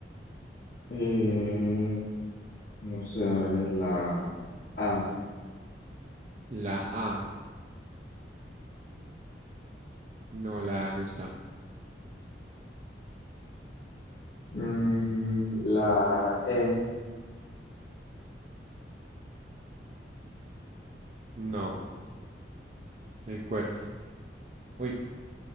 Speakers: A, on the left; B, on the right.
A: Eh, no sé, a ver, la A.
B: La A, no, la A no está.
A: Mm, la E.
B: No, el cuerpo. Uy,